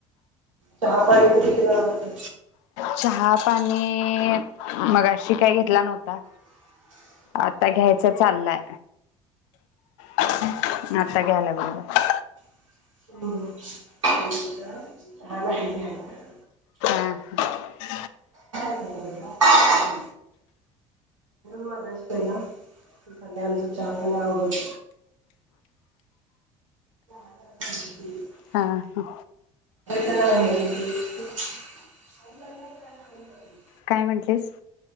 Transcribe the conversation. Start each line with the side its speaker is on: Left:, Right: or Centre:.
Right: चहा पाणी ते कितीला आवरते.
Left: चहा पाणी मगाशी काही घेतला नव्हता. आता घ्यायचा चाललंय आ आता घ्याय लागलोय बघा
Right: <inaudible>
Left: हम्
Right: <inaudible> पहिला आणि आमच्यात चहापण आवडत हम
Left: ह ह
Right: <unintelligible>
Left: काय म्हटंलीस?